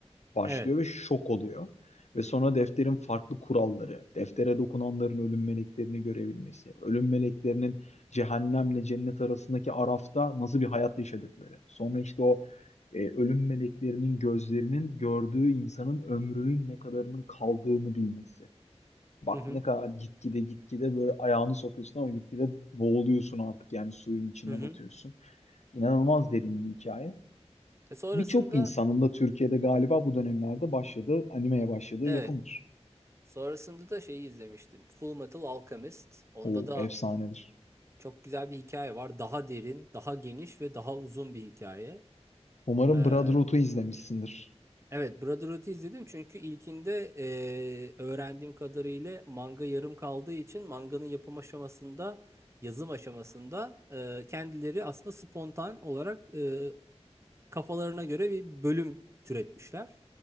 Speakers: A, on the left (about 80°); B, on the right (about 25°).
A: başlıyor
B: Evet.
A: ve şok oluyor. Ve sonra defterin farklı kuralları, deftere dokunanların ölüm meleklerini görebilmesi, ölüm meleklerinin cehennemle cennet arasındaki arafta nasıl bir hayat yaşadıkları. Sonra işte o e, ölüm meleklerinin gözlerinin gördüğü insanın ömrünün ne kadarının kaldığını bilmesi. Bak
B: Hı hı.
A: ne kadar gitgide gitgide böyle ayağını sokuyorsun ama gitgide boğuluyorsun artık yani suyun içine
B: Hı hı.
A: batıyorsun. İnanılmaz derin bir hikaye.
B: Ve sonrasında
A: Birçok insanın da Türkiye'de galiba bu dönemlerde başladığı, animeye başladığı
B: evet.
A: yapımdır.
B: Sonrasında da şeyi izlemiştim. Full Metal Alchemist. Onda
A: O
B: da
A: efsanedir.
B: çok güzel bir hikaye var. Daha derin, daha geniş ve daha uzun bir hikaye.
A: Umarım
B: Ee,
A: Brotherhood'u izlemişsindir.
B: Evet, Brotherhood'u izledim çünkü ilkinde eee, öğrendiğim kadarıyla manga yarım kaldığı için manganın yapım aşamasında, yazım aşamasında eee, kendileri aslında spontan olarak eee, kafalarına göre bir bölüm türetmişler.